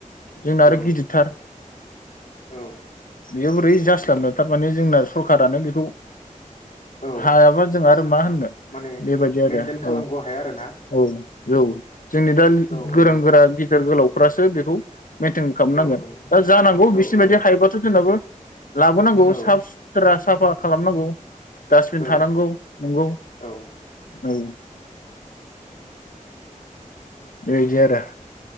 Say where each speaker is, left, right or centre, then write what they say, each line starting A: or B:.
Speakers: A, on the left; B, on the left.
A: जोंना आरो
B: औ
A: गिदिरथार।
B: औ
A: बेयाव बोरै जास्लाबनो थारमाने जोंना सरखारानो बेखौ
B: औ
A: हायाबा जों आरो मा होननो
B: माने
A: बेबायदि आरो
B: मेनटेन खालामग'
A: औ-औ-औ।
B: हाया आरोना
A: जोंनि दा लि
B: औ
A: गोरों
B: औ
A: गोरा। गेदेर गोलावफ्रासो बे औ। मेेनटेन खालामनांगोन
B: औ
A: दा जानांगौ
B: औ
A: बिसिनिबायदि
B: औ
A: हायोबाथ' जोंनाबो लाबोनांगौ
B: औ
A: साफ सुथ्रास। साफा खालामनांगौ। डासबिन
B: औ
A: थानांगौ नंगौ
B: औ
A: औ। ओइ जारा।